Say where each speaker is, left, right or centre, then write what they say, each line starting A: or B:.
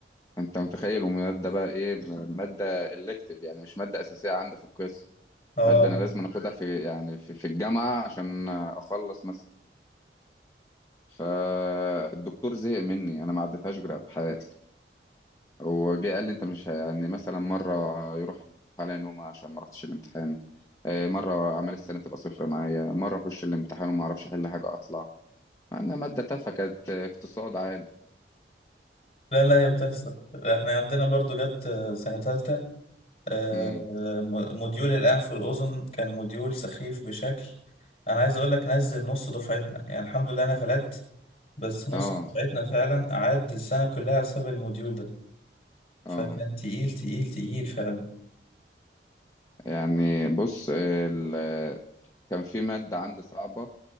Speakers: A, on the left (about 20°); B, on the left (about 35°).
A: أنت متخيل ومادة بقى إيه مادة إلكتيف يعني مش مادة أساسية عندي في القسم
B: اه
A: مادة أنا لازم أخدها في يعني في, في الجامعة عشان أخلص مثلا فالدكتور زهق مني أنا ما عدتهاش غير بحال هو جه قال لي انت مش ه- يعني مثلا مره يروح عليا نومه عشان ما رحتش الامتحان آه، مره اعمال السنه تبقى صفر معايا مره اخش الامتحان وما اعرفش احل حاجه اطلع مع انها ماده تافهه كانت آه، اقتصاد عادي
B: لا لا هي بتحصل احنا عندنا برضو جت آه، سنة تالتة آه،
A: امم
B: م- موديول الأنف والأذن كان موديول سخيف بشكل أنا عايز أقول لك نزل نص دفعتنا يعني الحمد لله أنا فلت بس نص
A: اه
B: دفعتنا فعلا قعد السنة كلها بسبب الموديول ده فكان
A: اه
B: تقيل تقيل تقيل فعلا
A: يعني بص آه، ال- كان في ماده عندي صعبه